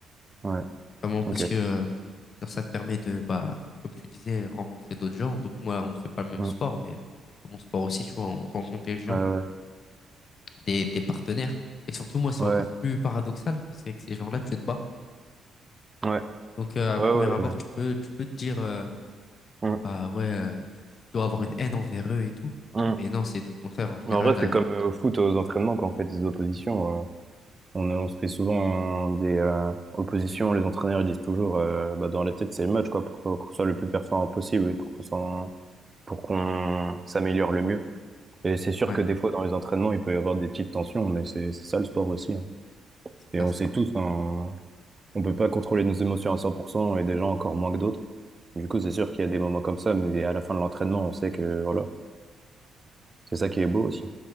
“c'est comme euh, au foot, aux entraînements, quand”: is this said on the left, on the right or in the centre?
Right